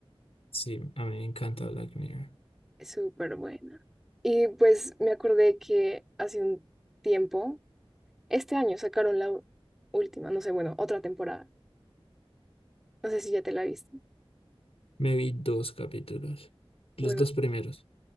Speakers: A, on the left; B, in the centre.
A: Sí, a mí me encanta Black Mirror.
B: Es súper buena. Y pues me acordé que hace un tiempo, este año sacaron la u- última, no sé, bueno, otra temporada. No sé si ya te la viste.
A: Me vi dos capítulos, los
B: Bueno,
A: dos primeros.